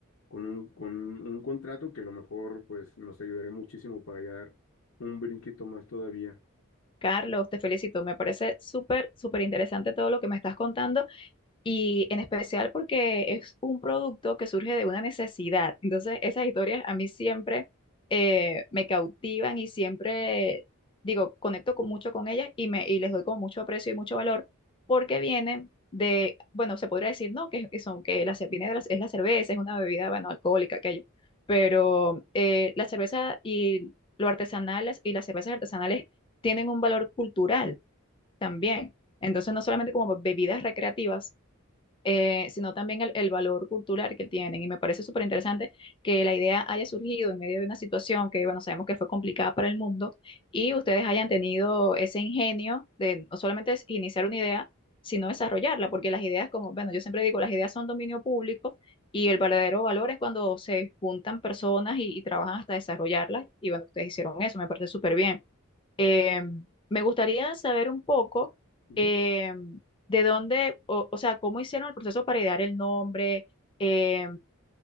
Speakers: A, on the left; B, on the left.
A: con un, con un contrato que a lo mejor pues nos ayudará muchísimo para ya dar un brinquito más todavía.
B: Carlos, te felicito, me parece súper, súper interesante todo lo que me estás contando. Y en especial porque es un producto que surge de una necesidad. Entonces, esas historias a mí siempre eh, me cautivan y siempre, digo, conecto con, mucho con ellas y, me, y les doy como mucho aprecio y mucho valor porque vienen de, bueno, se podría decir, no, que, que son, que la, ce- viene de la, es la cerveza, es una bebida, bueno, alcohólica, aquello, pero eh, la cerveza y lo artesanal y las cervezas artesanales tienen un valor cultural también. Entonces, no solamente como bebidas recreativas, eh, sino también el, el valor cultural que tienen. Y me parece súper interesante que la idea haya surgido en medio de una situación que, bueno, sabemos que fue complicada para el mundo y ustedes hayan tenido ese ingenio de no solamente es iniciar una idea, sino desarrollarla, porque las ideas, como, bueno, yo siempre digo, las ideas son dominio público y el verdadero valor es cuando se juntan personas y, y trabajan hasta desarrollarlas. Y bueno, ustedes hicieron eso, me parece súper bien. Eh, me gustaría saber un poco
A: Ujú.
B: eh, de dónde, o, o sea, cómo hicieron el proceso para idear el nombre, eh,